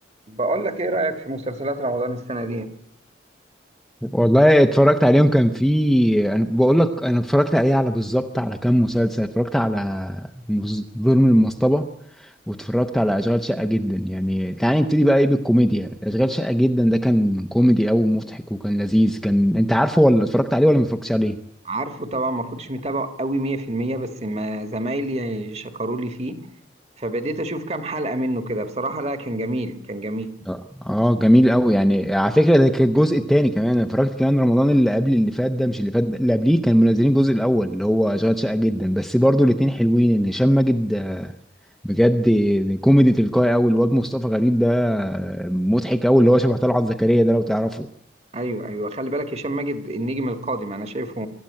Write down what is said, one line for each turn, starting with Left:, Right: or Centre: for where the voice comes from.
Right: بقول لك ايه رأيك في مسلسلات رمضان السنة دي
Centre: والله اتفرجت عليهم كان في انا بقول لك انا اتفرجت عليه على بالظبط على كام مسلسل اتفرجت على مز- ظلم المصطبه واتفرجت على اشغال شقه جدا يعني تعالى نبتدي بقى ايه بالكوميديا اشغال شقه جدا ده كان كوميدي قوي ومضحك وكان لذيذ كان انت عارفه ولا اتفرجت عليه ولا ما اتفرجتش عليه
Right: عارفه طبعا ما كنتش متابعه قوي 100% بس ما زمايلي شكروا لي فيه فبديت اشوف كام حلقة منه كده بصراحة لا كان جميل كان جميل
Centre: لا اه جميل قوي يعني على فكره ده كان الجزء الثاني كمان انا اتفرجت كمان رمضان اللي قبل اللي فات ده مش اللي فات ده، اللي قبليه كان منزلين الجزء الاول اللي هو اشغال شقه جدا بس برضو الاثنين حلوين ان هشام ماجد بجد كوميدي تلقائي قوي الواد مصطفى غريب ده مضحك قوي اللي هو شبه طلعت زكريا ده لو تعرفه
Right: ايوه ايوه خلي بالك هشام ماجد النجم القادم انا شايفه